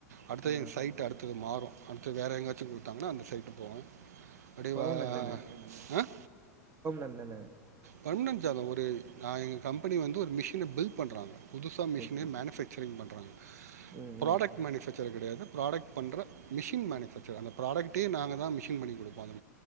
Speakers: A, on the right; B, on the right.
A: அடுத்தது
B: ஆ
A: இங்க சைட் அடுத்தது மாறும் அடுத்து வேற எங்காச்சும் குடுத்தாங்கன்னா அந்த சைட் போவே அப்டியே
B: பெர்மனன்ட்
A: வா ஆ
B: ந்தன்ன
A: பர்மனன்ட் ஜாபா ஒரு நா எங்க கம்பெனி வந்து ஒரு மிஷின பில் பண்றாங்க. புதுசா மிஷினே
B: ஓகே
A: மேனு ஃபேக்சரிங் பண்றாங்க
B: ம்
A: ப்ராடக்ட்
B: ம்
A: மேனுஃபேக் ர் கிடையது் ப்ராடக்ட் பண்ற மிஷின் மேனுஃபேக்சர் அந்த ப்ரடக்ட்ட நாங்க தா மிஷின் பண்ணி குடுப்பாங்க